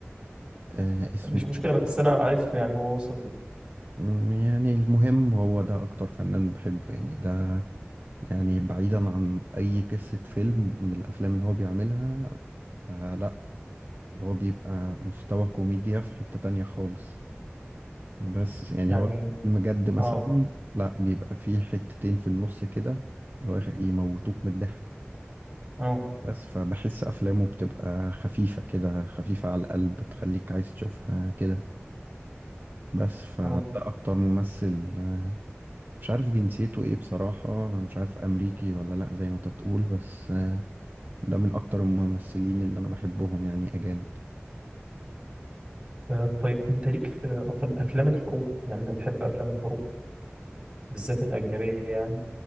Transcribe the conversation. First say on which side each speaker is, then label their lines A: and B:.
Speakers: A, on the right; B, on the right.
A: آه اسمه
B: مش مشكلة بس أنا عرفته يعني هو وصل لي
A: م- يعني المهم هو ده اكتر فنان بحبه يعني ده يعني بعيدا عن اي قصة فيلم من الافلام اللي هو بيعملها فلا اللي هو بيبقى مستوى كوميديا في حتة تانية خالص بس يعني
B: يعني
A: هو المجد مثلا
B: أه
A: لا بيبقى فيه حتتين في النص كده اللي هو يموتوك من الضحك
B: أه
A: بس فبحس أفلامه بتبقى خفيفة كده خفيفة على القلب تخليك عايز تشوفها كده بس فده
B: أه
A: أكتر ممثل آه، مش عارف جنسيته إيه بصراحة مش عارف أمريكي ولا لأ زي ما أنت بتقول بس آه، ده من أكتر الممثلين اللي أنا بحبهم يعني أجانب
B: آه، طيب أنت ليك في أف- أفلام الحروب يعني أنت بتحب أفلام الحروب بالذات الأجنبية يعني